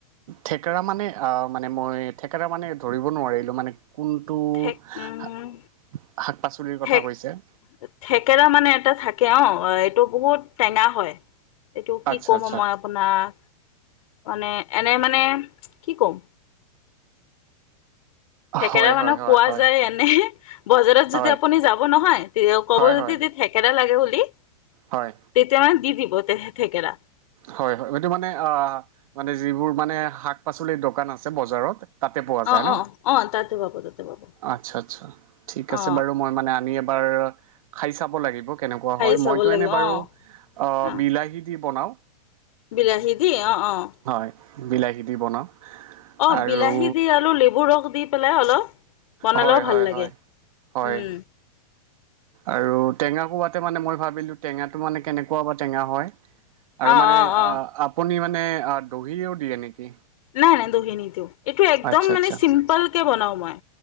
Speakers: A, on the right (about 60°); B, on the left (about 60°).
A: থেকেৰা মানে অ মানে মই থেকেৰা মানে ধৰিব নোৱাৰিলো মানে কোনটো
B: থেক উম,
A: শাক-পাচলিৰ কথা
B: থেক
A: কৈছে?
B: থেকেৰা মানে এটা থাকে অ, এইটো বহুত টেঙা হয়। এইটো কি
A: আচ্ছা
B: ক'ম
A: আচ্ছা
B: মই আপ আপোনাক, মানে এনে মানে কি ক'ম? থেকেৰা
A: হয়
B: মানে
A: হয় হয়
B: পোৱা
A: হয়
B: যায় এনে, বজাৰত
A: হয়
B: যদি আপুনি যাব নহয় তে ক'ব
A: হয়
B: যদি
A: হয়
B: দে থে কেৰা লাগে বুলি
A: হয়।
B: তেতিয়া মানে দি দিব তেহে থেকেৰা।
A: হয় হয়। এইটো মানে অ মানে যিবোৰ মানে শাক-পাচলিৰ দোকান আছে বজাৰত তাতে পোৱা যায়
B: অ
A: ন?
B: অ অ তাতে পাব তাতে পাব
A: আচ্ছা আচ্ছা ঠিক
B: অ
A: আছে বাৰু মই মানে আনি এবাৰ খায় চাব লাগিব কেনেকুৱা
B: খাই
A: হয়,
B: চাব
A: মইতো
B: লাগিব
A: এনে
B: অ
A: বাৰু আহ
B: অ
A: বিলাহী দি বনাও।
B: বিলাহী দি? অঁ অঁ।
A: হয়, বিলাহী দি বনাওঁ।
B: অ
A: আৰু
B: বিলাহী দি, আৰু লেবুৰ ৰস দি পেলাই অলপ বনালেও
A: হয়
B: ভাল
A: হয়
B: লাগে
A: হয়
B: উম।
A: হয় আৰু টেঙা কোবাতে মানে মই ভাবিলোঁ টেঙাটো মানে কেনেকুৱা বা টেঙা হয়। আৰু
B: অ
A: মানে
B: অ অ
A: আ আপুনি মানে অঁ দহিও দিয়ে নেকি?
B: নাই নাই দহি নিদিওঁ, এইটো একদম
A: আচ্ছা
B: মানে
A: আচ্ছা
B: চিম্পল কে বনাওঁ মই।